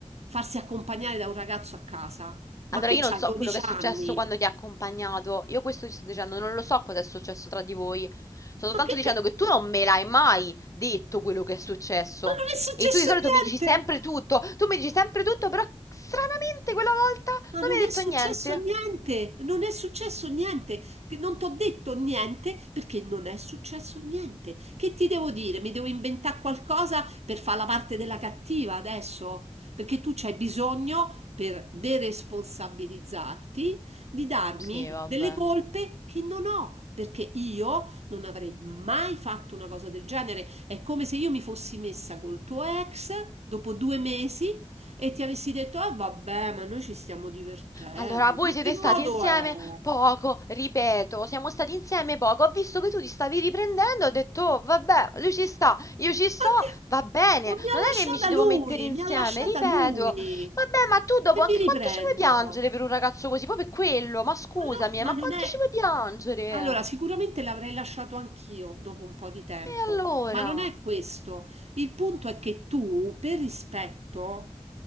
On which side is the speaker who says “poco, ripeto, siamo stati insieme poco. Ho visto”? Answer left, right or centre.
Left